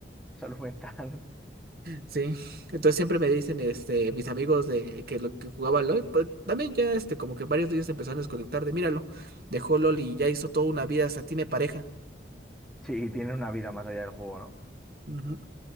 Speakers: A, in the centre; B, on the right.
A: Salud mental. <laughs>
B: ¿sí? Entonces siempre me dicen, este, mis amigos de que lo que jugaba LOL, pues también ya, este, como que varios de ellos empezaron a desconectar de, míralo, dejó LOL y ya hizo toda una vida, hasta tiene pareja.
A: Sí, tiene una vida más allá del juego, ¿no?
B: Ujú.